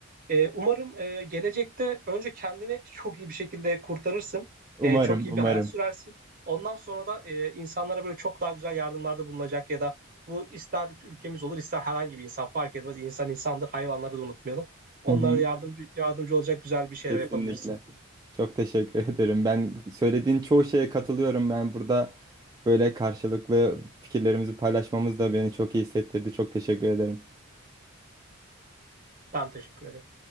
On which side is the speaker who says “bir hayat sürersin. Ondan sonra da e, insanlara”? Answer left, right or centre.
Right